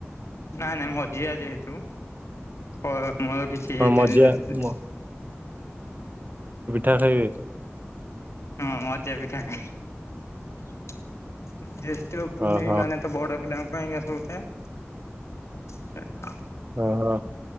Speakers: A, on the left (about 80°); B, on the right (about 40°).
A: ନାଇଁ ନାଇଁ ମଝିଆ ଯେହେତୁ କ ମୋର କିଛି ଏଇ
B: କଣ ମଝିଆ
A: ଜ
B: ମ <unintelligible>
A: ହଁ ମଜା ପିଠା ଖାଇଲି ଜଷ୍ଠ ପୁନେଇ
B: ଓହୋ
A: ମାନେ ତ ବଡ଼ ପିଲାଙ୍କ ପାଇଁ ସବୁଥାଏ ସେଟା
B: ଓହୋ।